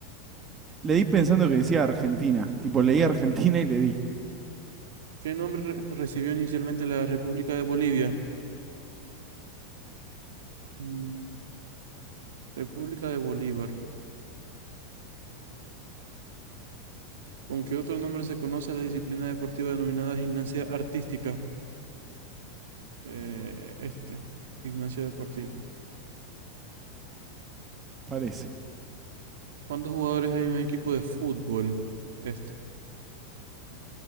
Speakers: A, on the right; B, on the right.
A: Le di pensando que decía Argentina. Tipo, leí Argentina y le di.
B: ¿Qué nombre re- recibió inicialmente la República de Bolivia? Mm, República de Bolívar. ¿Con qué otro nombre se conoce a la disciplina deportiva denominada gimnasia artística? Eh, este, gimnasia deportiva.
A: Parece.
B: ¿Cuántos jugadores hay en un equipo de fútbol? Este.